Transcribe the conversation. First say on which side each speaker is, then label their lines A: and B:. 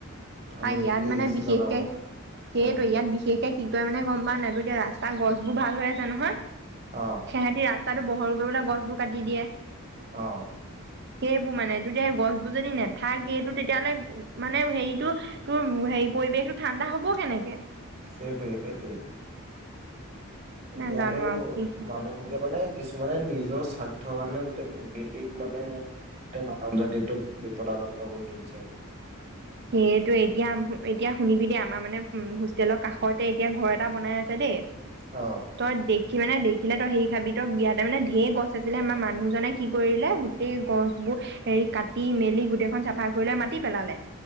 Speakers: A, on the right; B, on the right.
A: ধনীবোকে
B: আৰু ইয়াত মানে
A: এ চি
B: বিশেষকে
A: লগাব
B: সেইটোৱে
A: উম
B: ইয়াত বিশেষকে কি কয় মানে গম পাও নাই টো এতিয়া ৰাস্তা। তাৰ গছবোৰ ভাল হৈ আছে নহয়।
A: অ
B: সেহেতি ৰাস্তা। ৰস্তাটো বহল কৰিবলে গছবোৰ কাটি দিয়ে।
A: অ।
B: সেইবোৰ মানে দুইটাই গছ টোৰ যদি নাথাকেই, টোৰ তেতিয়াাহ'লে মানে হেৰিটো তোৰ হেৰি পৰিবেশ টো ঠাণ্ডা হ'ব। কেনেকে
A: সেইটোৱেই সেইটোৱেই। এতিয়াতো
B: নাজানো আৰু কি
A: মানুহকে মানে কিছুমানে নিজ, নিজৰ স্বাৰ্থৰ কাৰণে গোটেই প্ৰকৃতিক মানে গোটেই মানৱ জাতিটোক বিপদাপন্ন কৰি তুলিছে একদম।
B: সেইটোৱে এতিয়া এতিয়া শুনিবি দে। আমাৰ মানে উম হোষ্টেলৰ কাষতে এতিয়া ঘৰ এটা বনাই আছে দেই।
A: অ
B: তই দেখি সি মানে দেখিলে তই সেই খাবিতো ইয়াতে মানে ঢেৰ গছ আছিলে আমাৰ মানুহজনে কি কৰিলে গোটেই গছ বোৰ হেৰি কাটি মেলি গোটেইখন চাফা কৰিলে মাতি পেলালে।